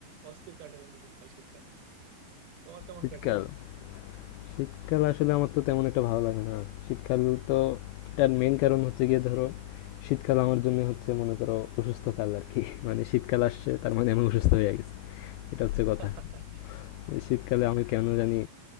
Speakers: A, on the right; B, on the left.
A: অস্থির কাটে বন্ধু দিনকাল শীতকাল তোমার কেমন
B: শীতকাল
A: কাটে দিন
B: শীতকাল আসলে আমার তো তেমন একটা ভালো লাগে না শীতকাল তো এটার মেইন কারণ হচ্ছে গিয়ে ধরো শীতকাল আমার জন্য হচ্ছে মনে করো অসুস্থকাল আর কি মানে শীতকাল আসছে তার মানে আমি অসুস্থ হয়ে গেছি এটা হচ্ছে কথা
A: <laughs>
B: এই শীতকালে আমি কেন জানি